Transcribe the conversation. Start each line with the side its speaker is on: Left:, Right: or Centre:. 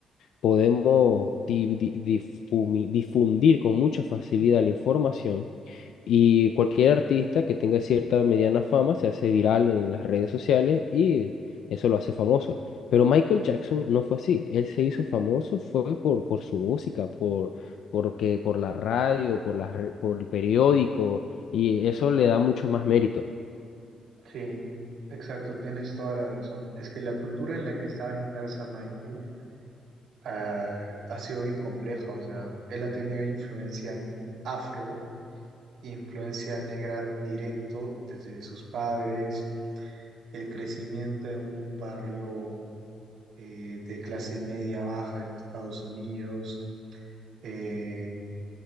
Left: podemos di- di- difumi- difundir con mucha facilidad la información y cualquier artista que tenga cierta mediana fama se hace viral en las redes sociales y eso lo hace famoso. Pero Michael Jackson no fue así. Él se hizo famoso fue por, por su música, por, porque, por la radio, por las re- por el periódico, y eso le da mucho más mérito.
Right: Sí, exacto, tienes toda la razón. Es que la cultura en la que estaba inmersa Michael ah, ha sido bien compleja. O sea, él ha tenido influencia n- afro, influencia negra directo desde sus padres, el crecimiento en un barrio eh, de clase media baja en Estados Unidos. eh,